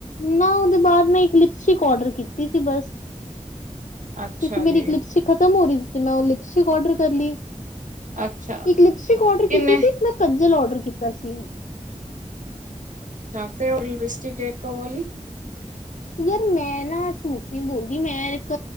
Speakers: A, on the left; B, on the right.
A: ਨਾ ਓਦੇ ਬਾਦ ਮੈ ਇੱਕ ਲਿਪਸਟਿਕ ਔਡਰ ਕੀਤੀ ਸੀ ਬਸ।
B: ਅੱਛਾ
A: ਕਿਉਕਿ ਮੇਰੀ
B: ਜੀ
A: ਇੱਕ ਲਿਪਸਟਿਕ ਖਤਮ ਹੋ ਰਹੀ ਸੀ ਤੇ ਮੈਂ ਓ ਲਿਪਸਟਿਕ ਓਡਰ ਕਰ ਲਈ।
B: ਅੱਛਾ
A: ਇੱਕ ਲਿਪਸਟਿਕ ਓਡਰ
B: ਕਿੰਨੇ
A: ਕੀਤੀ ਸੀ, ਇੱਕ ਮੈਂ ਕੰਜਲ ਓਡਰ ਕੀਤਾ ਸੀ।
B: ਯਾ ਤੇ ਓ ਲਿਪਸਟਿਕ ਏਕ ਓ ਆਲੀ।
A: ਯਾਰ ਮੈਂ ਨਾ ਝੂਠ ਨੀ ਬੋਲਦੀ, ਮੈਂ ਇੱਕ